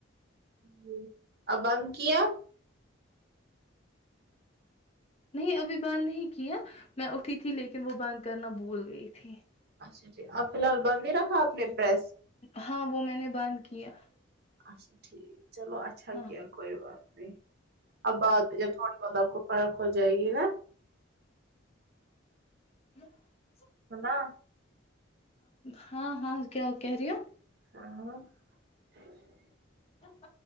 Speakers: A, on the right; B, on the left.
A: ج ابند <unintelligible> کیا
B: نہیں ابھی بند نہیں کیا میں اٹھی تھی لیکن وہ بند کرنا بھول گئی تھی
A: اچھا جھ اب فی الحال بند نہیں رکھا آپ نے پریس
B: ہاں وہ میں نے باند کیا <unintelligible> <inaudible>
A: اچھا ٹھیک چلو اچھا
B: ہاں
A: کیا کوئی بات نہیں اب بعد ب جے تھوڑی بہت آپ کو فرق ہو جائے گی نا
B: ہی <unintelligible>
A: ہنا
B: ہاں ہاں کیا کہہ رہی ہو
A: ہ <unintelligible>
B: پ